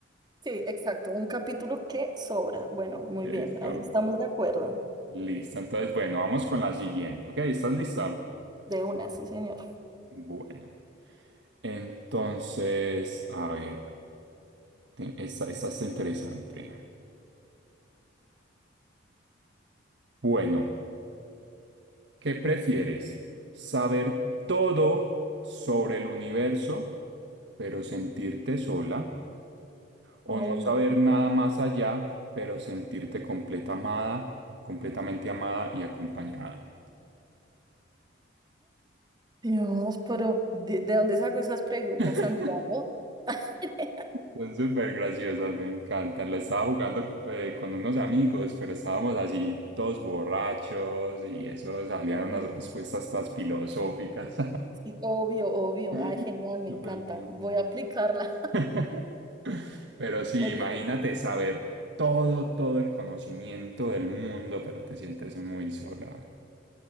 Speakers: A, on the right; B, on the right.
A: Sí, exacto, un capítulo que sobra. Bueno, muy
B: Eso.
A: bien, ahí estamos de acuerdo.
B: Listo. Entonces, bueno, vamos con la siguiente. ¿Ok? ¿Estás lista?
A: De una, sí, señor.
B: Bueno. Entonces, a ver, te- esta, esta está interesante. Bueno, ¿qué prefieres? ¿Saber todo sobre el universo, pero sentirte sola? o
A: Ay,
B: no saber nada más allá, pero sentirte completa amada, completamente amada y acompañada.
A: Dios, pero ¿de, de dónde saco esas preguntas,
B: <laughs>
A: Santiago? <laughs>
B: Son súper graciosas, me encantan. La estaba jugando co- eh, con unos amigos, pero estábamos así todos borrachos y eso salían
A: Sí.
B: unas respuestas tan filosóficas.
A: Sí, obvio, obvio.
B: <laughs>
A: Ay, genial, me
B: Súper
A: encanta.
B: bueno.
A: Voy a aplicarla.
B: <laughs> Pero sí,
A: <laughs> Oye,
B: imagínate saber todo, todo el conocimiento del mundo, pero te sientes muy sola.